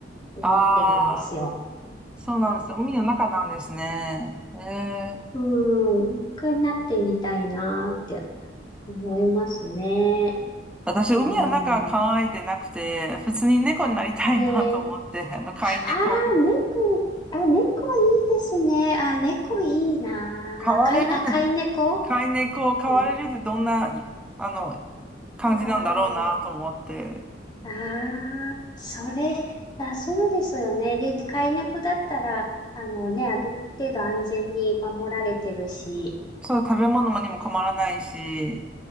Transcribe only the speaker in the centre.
ああ、そうなんです海の中なんですね。ええ。
私、
海の中考えてなくて、普通に猫になりたいなと思って、
あの、飼い猫。
飼われるって、
飼い猫、飼われるってどんな、
あの、感じなんだろうなと思って。
そう、食べ物もにも困らないし、